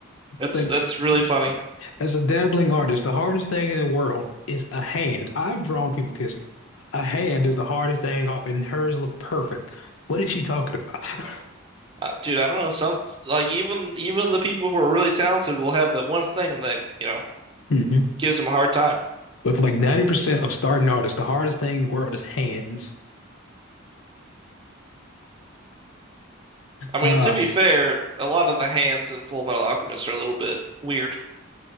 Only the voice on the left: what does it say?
Like
As a dabbling artist, the hardest thing in the world is a hand. I've drawn people kissing. A hand is the hardest thing off, and hers look perfect. What is she talking about? <laughs>
hmm
But for like 90% of starting artists, the hardest thing in the world is hands.
Uh,